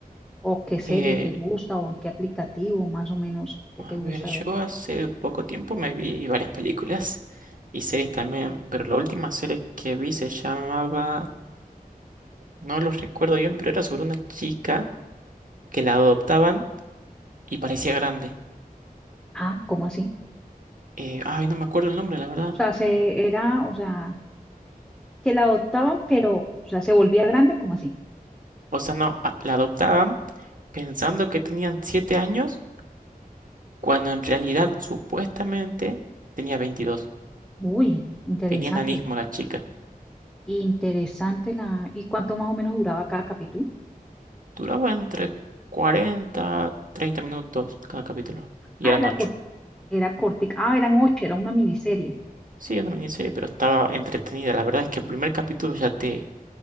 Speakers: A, in the centre; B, on the right.
A: ¿O qué serie
B: Eh,
A: te gusta? ¿O en qué aplicativo más o menos que
B: A
A: te gusta
B: ver, yo
A: ver?
B: hace poco tiempo me vi varias películas y series también, pero la última serie que vi se llamaba, no los recuerdo bien, pero era sobre una chica que la adoptaban y parecía grande.
A: Ah, ¿cómo así?
B: Eh, ay, no me acuerdo el nombre, la verdad.
A: O sea, se era, o sea, que la adoptaban, pero, o sea, se volvía grande, ¿cómo así?
B: O sea, no, a- la adoptaban pensando que tenían 7 años, cuando en realidad supuestamente tenía 22.
A: Uy, interesante.
B: Tenía enanismo la chica.
A: Interesante la... ¿Y cuánto más o menos duraba cada capítulo?
B: Duraba entre 40, 30 minutos cada capítulo y
A: Ah,
B: eran
A: era
B: 8.
A: cort Era cortica. Ah, eran ocho, era una miniserie.
B: Sí, es una miniserie, pero estaba entretenida. La verdad es que el primer capítulo ya te,